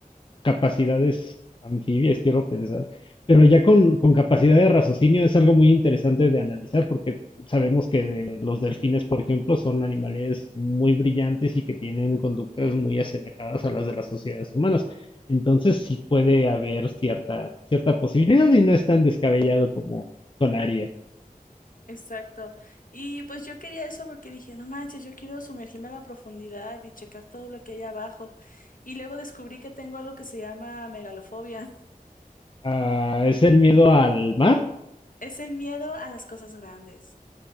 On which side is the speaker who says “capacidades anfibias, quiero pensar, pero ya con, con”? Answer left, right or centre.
Left